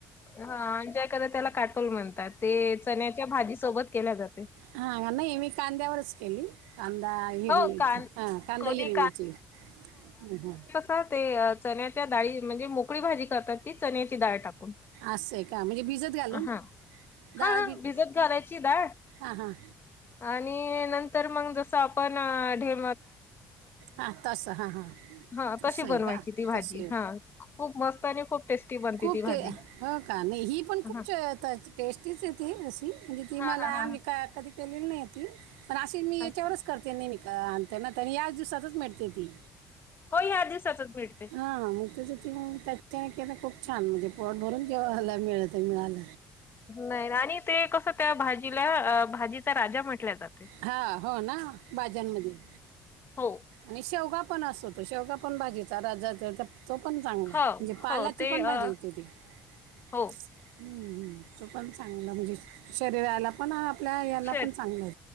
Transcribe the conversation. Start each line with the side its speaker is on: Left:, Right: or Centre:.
Left: हा आमच्या ईकल त्याला काटोल म्हणतात, ते चण्याच्या भाजीसोबत केल्या जातंय.
Right: हा नाही, मी कांद्यावरच केली. कांदा हिरवी
Left: हो
Right: मिरची,
Left: कान
Right: हा कांदा
Left: कोणी
Right: हिरवी मिरची हू ह.
Left: हा ते चण्याच्या डाळी म्हणजे मूग उकळी भाजी करतात ती, चण्याची डाळ टाकून,
Right: असं आहे का म्हणजे भिजत घालून
Left: हा.
Right: डाळ
Left: हा हा,
Right: बी
Left: भिजत घालायची डाळ
Right: हां हां
Left: आणि नंतर मग जस आपण ढे
Right: हा तस हा हा.
Left: हा
Right: तस
Left: तशी
Right: आहे
Left: बनवायची
Right: का
Left: ती भाजी
Right: तस
Left: हा खूप मस्त आणि खूप टेस्टी बनते
Right: खूप
Left: ती भाजी
Right: ते हो का नाही ही पण खूप
Left: हा
Right: टेस्टीच येते अशी म्हणजे ती
Left: हा
Right: मला
Left: हा हा
Right: आ का कधी केलेली नाही ती पण अशी मी
Left: अच्छा
Right: याच्यावरच करते नाही आण ना त्यां याच दिवसातच मिळते ती
Left: हो या दिवसाातच भ मिळते
Right: हा मग त्याच्या त त्याच्या काय खूप छान म्हणजे पोट भरून जेवाला मिळत मिळाल.
Left: नाही आणि ते कसं त्या भाजीला अ भाजीचा राजा म्हटल्या जातं.
Right: हा हो ना बाज्यांमध्ये
Left: हो
Right: आणि शेवगा पण असतो. शेवगा पण भाजीचा राजाच हाय त तो पण चांगला,
Left: हो
Right: म्हणजे पालाची
Left: हो ते
Right: पण
Left: अ,
Right: भाजी येते ती. हू
Left: हो
Right: हू, ते पण चांगल म्हणजे शरीराला पण आपल्या याला
Left: शेत
Right: पण चांगलं.